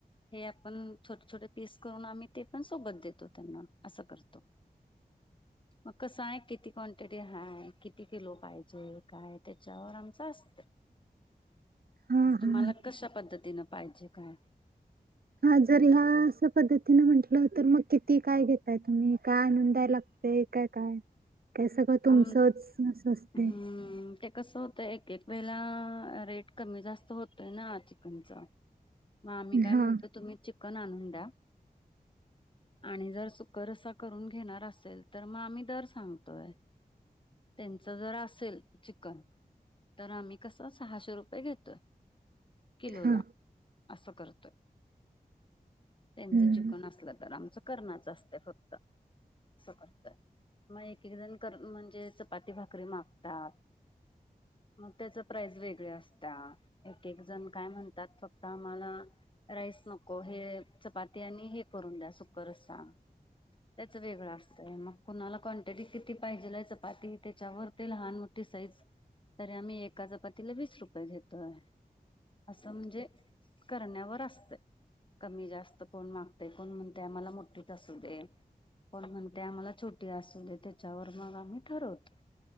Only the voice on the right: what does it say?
हा
हा
हा जर ह्या असं पद्धतीने म्हंटलं तर मग किती काय घेत काय तुम्ही काय नोंदाय लागते काय काय काय सगळं तुमचंच
असं असते
हा
हा
हम्म